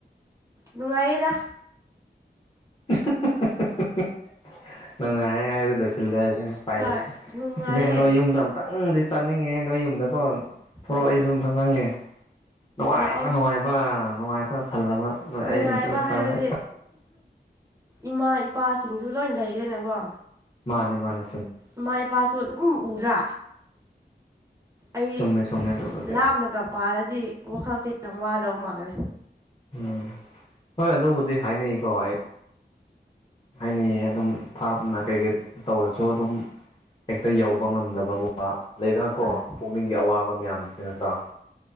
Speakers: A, on the right; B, on the left.
A: ꯅꯨꯡꯉꯥꯏꯌꯦꯗꯥ
B: <unintelligible> ꯅꯨꯡꯉꯥꯏꯌꯦ ꯍꯥꯏꯕꯗ ꯂꯣꯁꯤꯜꯂꯖꯤ ꯎꯄꯥꯏ
A: ꯍꯣꯏ
B: ꯂꯩꯇꯦ
A: ꯅꯨꯡꯉꯥꯏꯌꯦ
B: ꯏꯁ ꯏꯕꯦꯝꯃ ꯅꯣꯏ ꯌꯨꯝꯗ ꯑꯝꯇꯪꯗꯤ ꯆꯠꯅꯤꯡꯉꯦ ꯅꯣꯏ ꯌꯨꯝꯗꯀꯣ ꯊꯣꯔꯛꯑꯣ
A: ꯍꯣꯏ
B: ꯑꯩꯁꯨ ꯑꯝꯇ ꯆꯪꯒꯦ ꯅꯨꯡꯉꯥꯏꯕ
A: ꯂꯥꯛꯑꯣ
B: ꯅꯨꯡꯉꯥꯏꯕ ꯅꯨꯡꯉꯥꯏꯕ ꯊꯜꯂꯕ
A: ꯅꯨꯡꯉꯥꯏꯕ
B: ꯑꯩ ꯑꯝꯇꯪ ꯆꯪꯉ
A: ꯍꯥꯏꯕꯗꯤ ꯏꯃꯥ ꯏꯄꯥꯁꯤꯡꯁꯨ ꯂꯣꯏ ꯂꯩꯔꯦꯅꯀꯣ
B: ꯃꯥꯅꯦ ꯃꯥꯅꯦ
A: ꯏꯃꯥ ꯏꯄꯥꯁꯨ ꯑꯗꯨꯝ ꯎꯡꯗ꯭ꯔꯥ ꯑꯩ
B: ꯆꯨꯝꯃꯦ ꯆꯨꯝꯃꯦ
A: ꯑꯁ
B: ꯑꯗꯨꯕꯨꯗꯤ
A: ꯂꯥꯞꯅꯒ ꯄꯥꯜꯂꯗꯤ ꯋꯥꯈꯜꯁꯦ ꯌꯥꯝ ꯋꯥꯗꯧ ꯃꯥꯜꯂꯦ
B: ꯎꯝ ꯍꯣꯏ ꯑꯗꯨꯕꯨꯗꯤ ꯍꯥꯏꯅꯩꯀꯣ ꯑꯩ ꯍꯥꯏꯅꯩꯌꯦ ꯑꯗꯨꯝ ꯊꯥꯞꯅ ꯀꯩꯀꯩ ꯇꯧꯔꯁꯨ ꯑꯗꯨꯝ ꯍꯦꯛꯇ ꯌꯧꯕ ꯉꯝꯗꯕꯒꯨꯝꯕ ꯂꯩꯗꯅꯀꯣ
A: ꯍꯣꯏ
B: ꯄꯨꯛꯅꯤꯡꯒꯤ ꯑꯋꯥꯕ ꯃꯌꯥꯝꯗꯨꯗꯤ ꯅꯠꯇꯔ